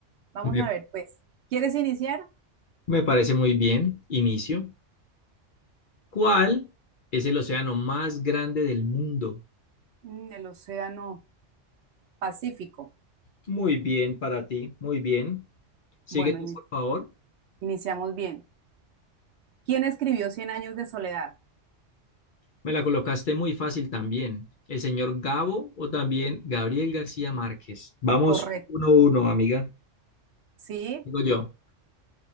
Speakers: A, on the right (about 65°); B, on the left (about 55°).
A: Vamos
B: Me,
A: a ver, pues, ¿quieres iniciar?
B: me parece muy bien. Inicio. ¿Cuál es el océano más grande del mundo?
A: Mm, el Océano Pacífico.
B: Muy bien para ti, muy bien. Sigue
A: Bueno,
B: tú,
A: ini-
B: por favor.
A: iniciamos bien. ¿Quién escribió Cien años de soledad?
B: Me la colocaste muy fácil también. El señor Gabo o también Gabriel García Márquez. Vamos
A: Correcto.
B: uno a uno, amiga.
A: Sí,
B: Digo yo.